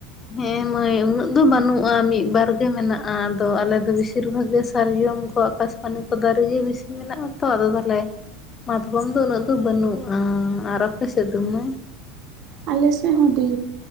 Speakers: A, on the left (about 25°); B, on the right (about 45°).
A: ᱦᱮᱸ ᱢᱟᱹᱭ ᱩᱱᱟᱹᱜ ᱫᱚ ᱵᱟᱹᱱᱩᱜ-ᱟ ᱢᱤᱫ ᱵᱟᱨ ᱜᱮ ᱢᱮᱱᱟᱜᱼᱟ ᱾ ᱟᱫᱚ ᱟᱞᱮ ᱫᱚ ᱵᱮᱥᱤᱨ ᱵᱷᱟᱜᱽ ᱜᱮ ᱥᱟᱨᱡᱚᱢ ᱠᱚᱣᱟᱜ ᱟᱠᱟᱥᱯᱟᱱᱤ ᱠᱚ ᱫᱟᱨᱮᱜᱮ ᱵᱤᱥᱤ ᱢᱮᱱᱟᱜ ᱟᱛᱚ ᱟᱫᱚ ᱛᱟᱦᱚᱞᱮ ᱢᱟᱛᱠᱚᱢ ᱫᱚ ᱩᱱᱟᱹᱜ ᱫᱚ ᱵᱟᱹᱱᱩᱜᱼᱟ ᱟᱨ ᱟᱯᱮ ᱥᱮᱫ ᱫᱚ ᱢᱟᱹᱭ?
B: ᱟᱞᱮᱥᱮᱫ ᱦᱚᱸ ᱫᱤ